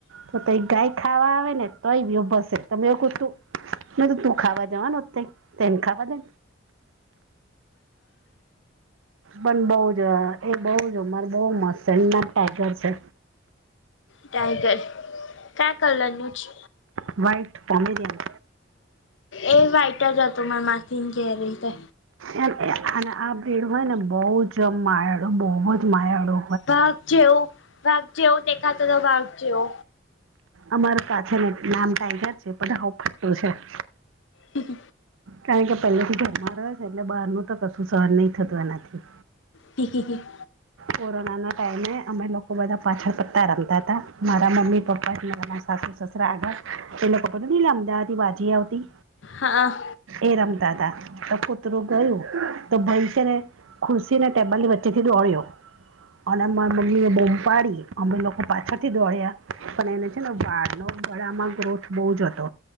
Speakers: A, on the right; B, on the left.
A: તો તઈ ગાય ખાવા આવે ને તોય બીવ ભસે તમે આઇપીયુ તું. મે તું તું ખાવા જવા નો તે ખાવા દે. પન બ‌ઉ. એ બહુ જ અમાર બહુ મ નામ ટાઈગર છે.
B: ટાઈગર ક્યા કલર નું છે.
A: વાઈટ કોમેરીયન.
B: એ વાઈટ જ હતુ મારા માસી ને ધેરે તે.
A: અને આ આ ભીડ હોય ને બહુ જમ માયાડો બહુ જ માયાડો.
B: વાઘ જેવું વાધ જેવું દેખાતો હતો વાઘ જેવો.
A: અમારે પાછ ને નામ ટાઈગર છે પણ હઉ ફટું છે. <inaudible>
B: હ
A: કારણ કે પહેલે તો ઘરમાં રહે છે એટલે બહાર નુ તો કશું સહન નહી થતું એનાથી.
B: છે <inaudible>
A: કોરોનાના ટાઈમે અમે લોકો બધા પાછળ પતા રમતા તા. મારા મમ્મી પપ્પા મારા ના સાસુ સસરા આગળ. એ લોકોબધું ન લમાતી બાજી આવતી.
B: હા.
A: એ રમતા તા તો કૂતરું ગયું તો ભાઈ છે ને. ખુરશી ની ટેબલ વચેથી દોળ્યો અને માર મમ્મીએ બોમપાડી. અમે લોકો પાછળથી દોડ્યા પણ એને છે ને વાળનો ગળામાં ગ્રોથ બહુ જ હતો્